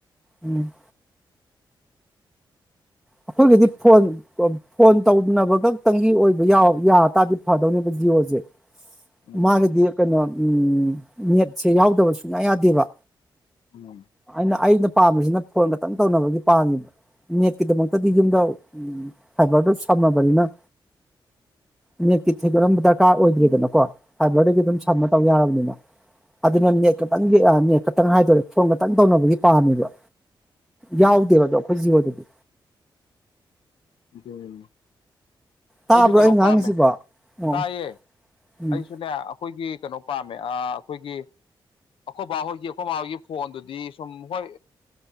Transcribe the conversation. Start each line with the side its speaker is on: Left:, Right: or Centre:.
Centre: ꯎꯝ ꯑꯩꯈꯣꯏꯒꯤꯗꯤ ꯐꯣꯟ ꯐꯣꯟ ꯇꯧꯅꯕ ꯈꯛꯇꯪꯒꯤ ꯑꯣꯏꯕ ꯌꯥꯔ ꯇꯔꯗꯤ ꯐꯗꯧꯅꯦꯕ ꯖꯤꯑꯣꯁꯦ
Left: ꯎꯝ
Centre: ꯃꯥꯒꯤꯗꯤ ꯀꯩꯅ ꯎꯝ ꯃꯦꯠꯁꯦ ꯌꯥꯎꯗꯕ ꯁꯨꯡꯌꯥ ꯌꯥꯗꯦꯕ
Left: ꯎꯝ
Centre: ꯑꯩꯅ ꯑꯩꯅ ꯄꯥꯝꯃꯤꯁꯤꯅ ꯐꯣꯟ ꯈꯛꯇꯪ ꯇꯧꯅꯕꯒꯤ ꯄꯥꯡꯃꯤꯕ ꯅꯦꯠꯀꯤꯗꯃꯛ ꯗꯤ ꯌꯨꯝꯗ ꯎ ꯐꯥꯏꯕꯔꯗꯣ ꯁꯝꯃꯕꯅꯤꯅ ꯅꯦꯠꯃꯛꯇꯤ ꯊꯣꯏꯗꯣꯛꯅ ꯗꯔꯀꯥꯔ ꯑꯣꯏꯗ꯭ꯔꯔꯤꯗꯅꯀꯣ ꯐꯥꯏꯕꯔꯗꯒꯤ
Left: ꯎꯝ
Centre: ꯑꯗꯨꯝ ꯁꯝꯃ ꯇꯧ ꯌꯥꯔꯕꯅꯤꯅ ꯋꯥ ꯑꯗꯨꯅ ꯅꯦ ꯅꯦꯠ ꯈꯇꯪꯒꯤ ꯑ ꯅꯧ ꯈꯤꯇꯪ ꯍꯥꯏꯗꯣꯔꯦ ꯐꯣꯟ ꯈꯛꯇꯪ ꯇꯧꯅꯕꯒꯤ ꯄꯥꯝꯃꯦꯕ ꯌꯥꯎꯗꯦꯕꯗꯣ ꯑꯩꯈꯣꯏ ꯆꯤ ꯍꯣꯏꯗꯗꯤ
Left: ꯀꯩꯗꯧꯔꯤꯅꯣ
Centre: ꯇꯥꯕ꯭ꯔꯣ
Left: ꯑꯩꯁꯨ ꯀꯩꯅꯣ
Centre: ꯑꯩ
Left: ꯄꯥꯝꯃꯦ
Centre: ꯉꯥꯡꯉꯤꯁꯤꯕꯣ ꯑꯣ
Left: ꯇꯥꯏꯌꯦ
Centre: ꯎꯝ
Left: ꯑꯩꯁꯨꯅꯦ ꯑꯩꯈꯣꯏꯒꯤ ꯀꯩꯅꯣ ꯄꯥꯝꯃꯦ ꯑ꯬ ꯑꯩꯈꯣꯏꯒꯤ ꯑꯩꯈꯣꯏꯕ ꯍꯣꯏꯒꯤ ꯑꯩꯈꯣꯏ ꯃꯥ ꯍꯣꯏꯒꯤ ꯐꯣꯟꯗꯨꯗꯤ ꯁꯨꯝ ꯍꯣꯏ